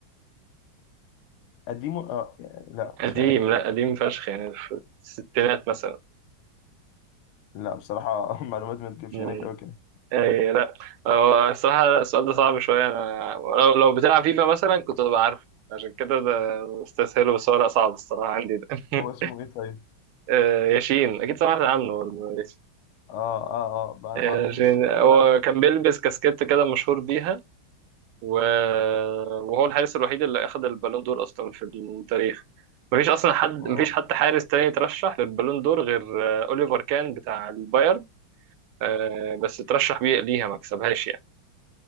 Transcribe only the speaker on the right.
قديم
لا قديم فشخ يعني في الستينات مثلا
مم.
أي لا هو الصراحة لا، السؤال ده صعب شوية أنا لو لو بتلعب فيفا مثلا كنت ببقى عارف عشان كده ده مستسهل بس هو لا صعب الصراحة عندي ده <laughs>
آه، ياشين أكيد سمعت عنه برضه ياسين.
آه،
ياشين
هو
كان بيلبس كاسكيت كده مشهور بيها و... وهو الحارس الوحيد اللي أخد البالون دور أصلا في التاريخ مفيش أصلا حد
مفيش حتى حارس تاني ترشح للبالون دور غير آه، أوليفر كان بتاع البايرن آه، بس ترشح بيه ليها ما كسبهاش يعني